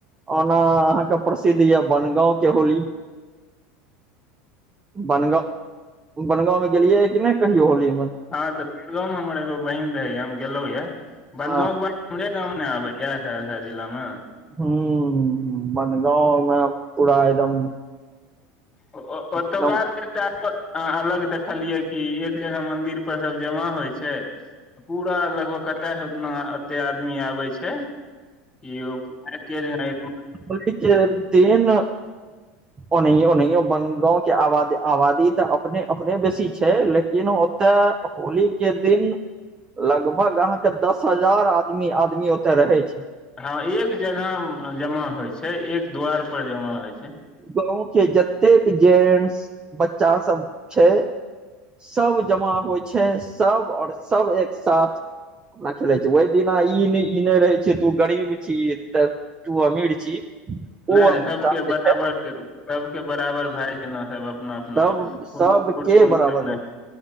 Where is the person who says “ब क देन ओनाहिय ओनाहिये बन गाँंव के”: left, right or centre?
Right